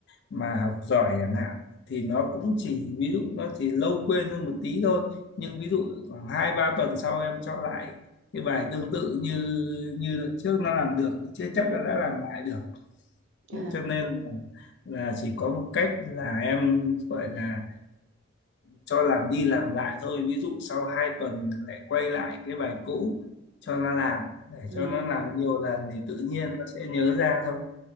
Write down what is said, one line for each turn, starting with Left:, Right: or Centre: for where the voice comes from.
Left: mà học giỏi chẳng hạn thì nó cũng chỉ ví dụ nó chỉ lâu quên hơn một tí thôi nhưng ví dụ khoảng hai ba tuần sau em cho lại cái bài tương tự như như đợt trước nó làm được thì chưa chắc
Right: Ừ.
Left: là đã làm lại được Thế
Right: À,
Left: cho nên là là chỉ có một cách là em gọi là cho làm đi làm lại thôi ví dụ sau 2 tuần lại quay lại cái bài cũ cho nó làm để
Right: ừ.
Left: cho nó làm nhiều lần thì tự nhiên nó sẽ nhớ ra thôi